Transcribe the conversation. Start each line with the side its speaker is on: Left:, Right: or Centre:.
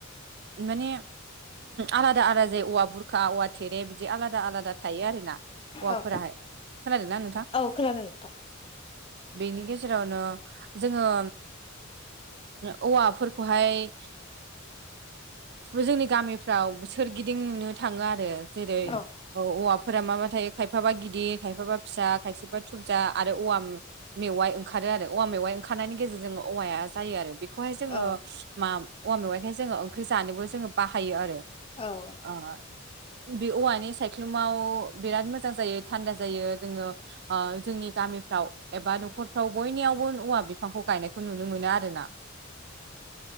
Right: माने। आलादा आलादा जाय औवा बुरखा औवा थेरे बिदि आलादा आलादा थायो आरो ना। औौवाफोराहाय
Left: औ
Right: सालायला नोंथां।
Left: औ खोनादों नोंथां
Right: बेनि गेजेरावनो जोङो औवाफोरखौहाय। जोंनि गामिफ्राव सोरगिदिं नुनो थाङो आरो जेरै
Left: औ
Right: औवा। फोर माबा थायो खायफाबा गिदिर खायफाबा फिसा खायफाबा थुबजा आरो औवाम। मेवाइ ओंखारो आरो औवाेवाइ ओंखारनायनि गेजेरजों औवाया जायो आरो बे। खौहाय जोङो
Left: औ
Right: मा औवा मेवाइखाय जोङो ओंख्रि जानोबो जोङो बाहायो आरो।
Left: औ।
Right: अ। बे औवानि सायख्लुमाव बिराद मोजां जायो थान्दा जायो जोङो। जोंनि गामिफ्राव एबा न'खरफ्राव बयनियावबो औवा बिफांखौ गायनायखौ नुनो मोनो आरो ना।
Left: <inaudible>